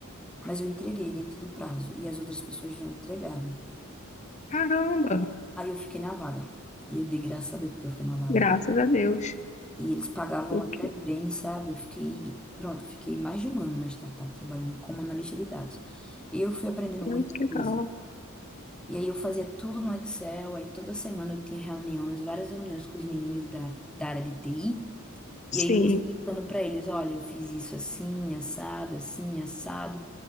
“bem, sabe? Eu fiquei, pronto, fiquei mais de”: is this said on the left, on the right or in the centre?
Centre